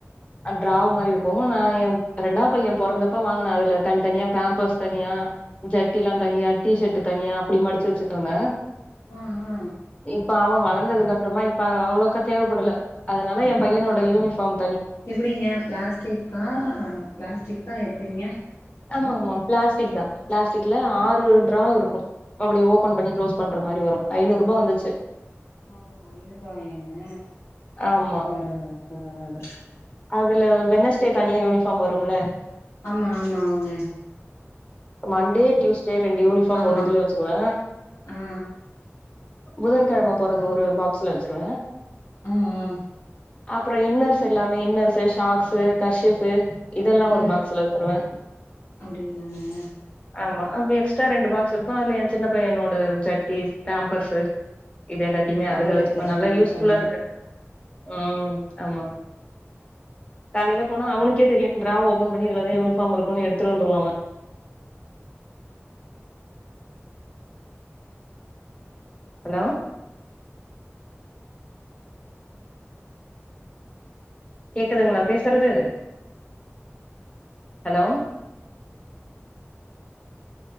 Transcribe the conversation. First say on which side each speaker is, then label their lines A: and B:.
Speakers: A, on the left; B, on the left.
A: அ ட்ராவ் மாரி இருக்கவு நா எ ரெண்டா பைய பொறந்தப்ப வாங்கன அதுல தன் தனியா பேம்பஸ் தனியா ஜட்டிலா தனியா டி ஷட்டு தனியா அப்டி மடிச்சி வச்சிட்ருந்த
B: ஆஹா
A: இப்ப அவ வளந்ததுக்கு அப்புறமா இப்ப அவ்ளோக்கா தேவப்படல அதனால எ பையனோட யூனிஃபாம்
B: எப்படிங்க பிளாஸ்டிக்கா பிளாஸ்டிக்கா எப்டிங்க
A: ஆமா ஆமா பிளாஸ்டிக் தா பிளாஸ்டிக்ல ஆறு ட்ரா இருக்கு அப்டி ஓபன் பண்ணி க்ளோஸ் பண்ற மாரி வரு ஐநூறுபா வந்துச்சி
B: ஓ ஐநூறுவாய்ங்க
A: ஆமா
B: பரவா பரவால
A: அதுல வெனஸ்டே தனியா யூனிஃபாம் வரும் இல்ல
B: ஆமா ஆமா அவுங்க
A: மண்டே டியூஸ் சேர் ரெண்டு யூனிஃபாம்
B: ஆமா
A: ஒரு இதுல வச்சிருவே
B: ஆ
A: புதன்கெழம போறது ஒரு பாக்ஸ்ல வச்சுருவே
B: ம் ம்
A: அப்புற இன்னர்ஸ் எல்லாமே இன்னர்ஸு ஷாக்ஸு கர்ஷிப்பு இதெல்லா
B: ம்
A: ஒரு பாக்ஸ்ல வச்சருவ
B: அப்டிங்களாங்க
A: ஆமா அ எக்ஸ்ட்ரா ரெண்டு பாக்ஸ் இருக்கு அதுல எ சின்ன பையனோட ஜட்டி பேம்பர்ஸு இது எல்லாத்தையுமே
B: அவங்கள்ட்ட
A: அதுல வச்சுப்போ
B: எடுத்து வச்சுப்பீங்க
A: நல்லா யூஸ் ஃபுல்லா
B: தனியா
A: இருக்கு ம் ஆமா காலைல போனா அவனுக்கே தெரியு ட்ரா ஓப்பன் பண்ணி இதுல எதா யூனிஃபாம் இருக்குனு எடுத்துரு வந்துருவாங்க ஹலோ கேக்குதுங்ளா பேஸ்றது ஹலோ